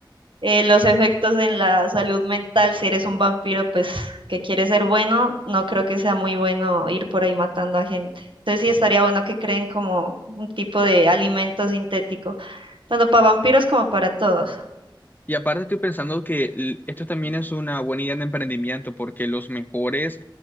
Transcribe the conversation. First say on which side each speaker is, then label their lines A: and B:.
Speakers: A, on the right; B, on the left.
A: eh, los efectos en la salud mental, si eres un vampiro, pues que quieres ser bueno, no creo que sea muy bueno ir por ahí matando a gente. Entonces sí estaría bueno que creen como un tipo de alimento sintético, tanto para vampiros como para todos.
B: Y aparte estoy pensando que l- esto también es una buena idea de emprendimiento porque los mejores,